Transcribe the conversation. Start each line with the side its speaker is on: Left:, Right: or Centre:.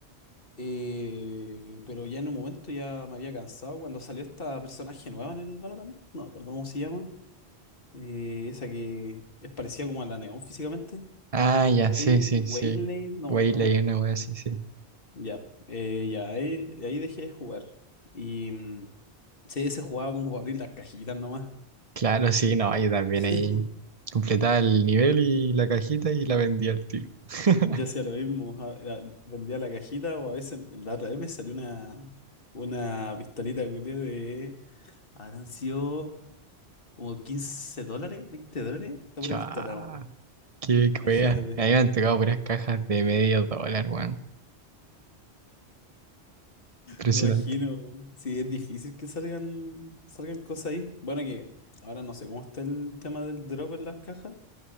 Left: Eh, pero ya en un momento ya me había cansado cuando salió esta personaje nueva en el Valorant. No me acuerdo cómo se llama. eh, esa que es parecida como a la Neón físicamente.
Right: Ah, ya,
Left: Way-
Right: sí, sí, sí.
Left: Waylay, no
Right: Güey,
Left: me acuerdo.
Right: leí una wea así, sí.
Left: Ya, eh, ya, ahí, ahí dejé de jugar. Y mm, sí, se jugaba como para abrir las cajitas nomás.
Right: Claro, sí, no, yo también
Left: <laughs>
Right: ahí completaba el nivel y la cajita y la vendía al tiro. <laughs>
Left: Yo hacía lo mismo, a- a- vendía la cajita o a veces la otra vez me salió una, una pistolita culiá de... Habrán sido como 15 dólares, 20 dólares, la
Right: Chá,
Left: pura pistola, weón.
Right: qué
Left: Imagínate.
Right: wea. Ahí me han tocado puras cajas de medio dólar, weón. Impresionante.
Left: Me imagino, weón. sí, es difícil que salgan, salgan cosas ahí. Bueno, que ahora no sé cómo está el tema del drop en las cajas,